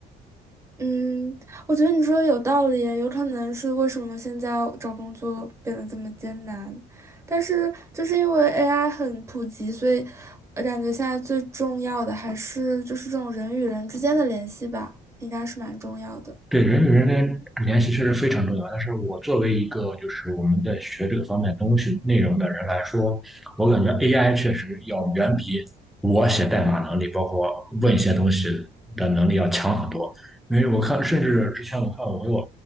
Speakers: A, on the right (about 15°); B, in the centre.
A: 嗯，我觉得你说的有道理，有可能是为什么现在找工作变得这么艰难，但是就是因为 AI 很普及，所以我感觉现在最重要的还是就是这种人与人之间的联系吧，应该是蛮重要的。
B: 对人与人的联系确实非常重要，但是我作为一个就是我们在学这个方面东西内容的人来说，我感觉 AI 确实要远比我写代码能力，包括问一些东西的能力要强很多。因为我看，甚至之前我看我有